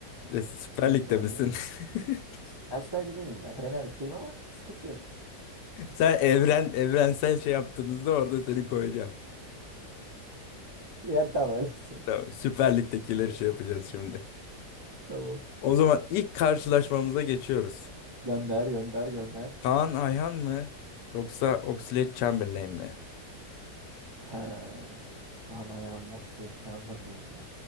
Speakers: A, on the left; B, on the right.
A: E, Süper
B: Süper
A: Lig'de
B: Lig'den aktifim.
A: misin? <laughs>
B: Ben Süper Lig'de değilim ya. Premier Lig'deyim ama sıkıntı yok.
A: Sen evren evrensel şey yaptığımızda orada seni koyacağım.
B: Ya tamam öylesin.
A: Tamam, Süper Lig'dekileri şey yapacağız şimdi.
B: Tamam.
A: O zaman ilk karşılaşmamıza geçiyoruz.
B: Gönder gönder gönder.
A: Kaan Ayhan mı yoksa Oxlade Chamberlain mi?
B: Ha. Kaan Ayhan Moxley Chamberlain mi?